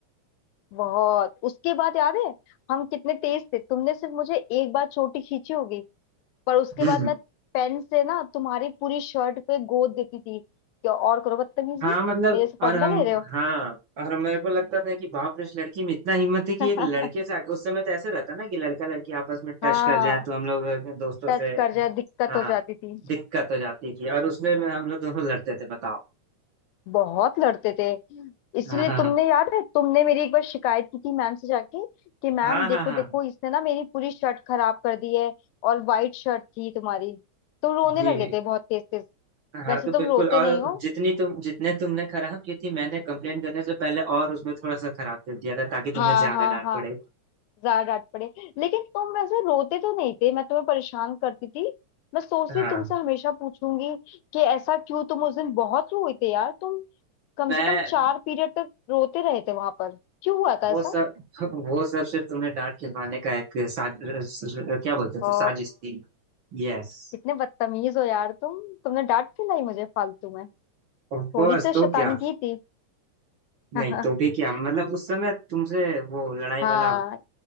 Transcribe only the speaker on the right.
हम्म
हम्म।
हाँ मतलब
और
हम
हाँ और मेरे को लगता था कि बाप रे उस लड़की में इतना हिम्मत है कि
एक लड़के से आके उस समय तो ऐसे रहता ना कि लड़का लड़की आपस में टच
कर जाए तो हम लोग अपने दोस्तों
से
हाँ
दिक्कत हो जाती थी और उसमें में हम लोग दोनों लड़ते थे बताओ
हाँ हाँ
हाँ हाँ
हाँ हाँ।
जी
हाँ
तो
बिल्कुल
और
जितनी तुम जितने तुमने खराब की थी मैंने कंप्लेन करने से पहले और उसमें थोड़ा सा खराब कर दिया था ताकि
तुम्हें ज्यादा
डांट
पड़े
हाँ
मैं
वो
सब वो सब सिर्फ तुम्हें डांट खिलवाने का एक साज क्या बोलते
हो साजिश थी यस
ऑफ
कोर्स
तो क्या
नहीं तो भी क्या मतलब उस समय तुमसे वो लड़ाई
वाला